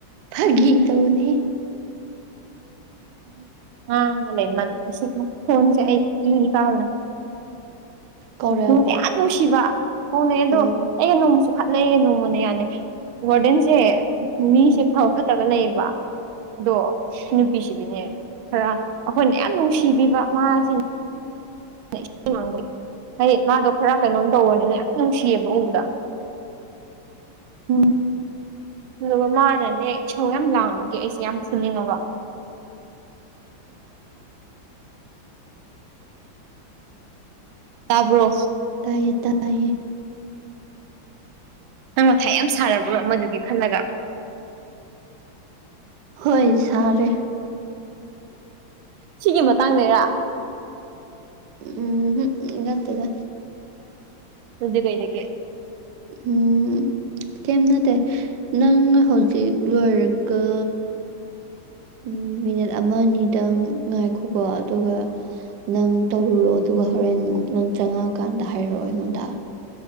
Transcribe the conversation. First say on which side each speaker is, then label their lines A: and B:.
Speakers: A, on the right (about 70°); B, on the right (about 85°).
A: ꯐꯥꯒꯤ ꯇꯧꯕꯅꯦꯍꯦ
B: <unintelligible>
A: ꯀꯧꯔꯛꯑꯕꯣ
B: ꯅꯨꯡꯗꯤ ꯌꯥꯝ ꯅꯨꯡꯁꯤꯕ ꯍꯧꯅꯩ ꯑꯗꯣ
A: ꯎꯝ
B: ꯑꯩꯩꯅ ꯅꯣꯡꯃ ꯈꯠꯅꯩꯌꯦ ꯅꯣꯡꯃꯅ ꯌꯥꯅꯩ ꯋꯥꯔꯗꯦꯟꯁꯦ ꯃꯤꯁꯦ
A: ꯎꯝ
B: ꯐꯕ ꯐꯠꯇꯕ ꯂꯩꯌꯦꯕ ꯑꯗꯣ ꯅꯨꯄꯤꯁꯤꯗꯤꯅꯦ ꯈꯔ ꯑꯩꯈꯣꯏꯅ ꯌꯥꯝ ꯅꯨꯡꯁꯤꯕꯤꯕ ꯃꯥꯁꯤ ꯏꯁꯤꯡ ꯃꯥꯡꯕ ꯍꯌꯦ ꯃꯥꯗꯣ ꯈꯔ ꯀꯩꯅꯣꯝ ꯇꯧꯕꯅꯤꯅ ꯌꯥꯝ ꯅꯨꯡꯁꯤꯌꯦꯕ ꯎꯕꯗ
A: ꯎꯝ
B: ꯑꯗꯨꯒ ꯃꯥꯅꯅꯦ ꯏꯁꯧ ꯌꯥꯝ ꯂꯥꯡꯕꯒꯤ ꯑꯩꯁꯦ ꯌꯥꯝ ꯐꯨꯅꯤꯡꯉꯕ <inaudible> <unintelligible> ꯇꯥꯕ꯭ꯔꯣ
A: ꯇꯥꯌꯦ ꯇꯥꯌꯦ
B: ꯅꯪ ꯃꯊꯥ ꯌꯥꯝ ꯁꯥꯔꯕ꯭ꯔꯣ ꯑꯃꯗꯨꯒꯤ ꯈꯜꯂꯒ
A: ꯍꯣꯏ ꯁꯥꯔꯦ
B: ꯁꯤꯒꯤ ꯃꯇꯥꯡꯗꯔꯥ
A: ꯎꯝꯝ ꯍꯨꯝ ꯅꯠꯇꯦꯗ
B: ꯑꯗꯨꯗꯤ ꯀꯩꯗꯒꯤ
A: ꯎꯝ ꯀꯩꯝ ꯅꯠꯇꯦ ꯅꯪ ꯍꯧꯖꯤꯛ ꯂꯣꯏꯔꯒ ꯎꯝ ꯃꯤꯅꯤꯠ ꯑꯃ ꯑꯅꯤꯗꯪ ꯉꯥꯏꯈꯣꯀꯣ ꯑꯗꯨꯒ ꯅꯪ ꯇꯧꯔꯨꯔꯣ ꯑꯗꯨꯒ ꯍꯣꯔꯦꯟꯃꯨꯛ ꯅꯪ ꯆꯪꯉꯛꯑꯀꯥꯟꯗ ꯍꯥꯏꯔꯛꯑꯣ ꯑꯩꯉꯣꯟꯗ